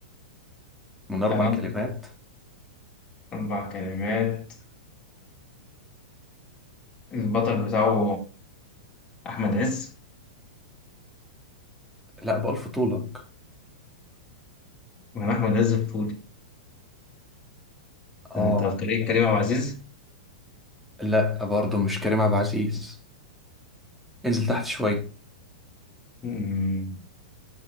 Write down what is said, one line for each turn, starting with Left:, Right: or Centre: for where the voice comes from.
Centre: من اربع
Left: يعني قصدي
Centre: كلمات
Left: أربع كلمات البطل بتاعه أحمد عز
Centre: لا بألف طولك
Left: ولا أحمد عز الفولي
Centre: اه
Left: أنت أفكاري كريم عبد العزيز
Centre: لا برضه مش كريم عبد العزيز انزل تحت شوية
Left: مم،